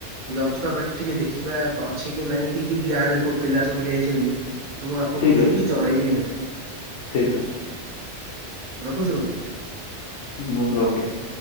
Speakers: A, on the right; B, on the left.
A: ଯନ୍ତ୍ରପାତି ଟିକେ ଦେଖିବା। ଅଛି କି ନାଇଁ କି କିଏ ଗାଁରେ କୋଉ ପିଲା ସବୁ ନେଇ ଯାଇଚନ୍ତି ମୁଁ ଆପଣଙ୍କୁ
B: ଠିକ୍
A: ଦେଖିକି
B: ଅଛି
A: ଜଣେଇବି ନିହାତି।
B: ଠିକ୍ ଅଛି।
A: ରଖୁଚି ବନ୍ଧୁ।
B: ମୁଁ ରଖୁଚି।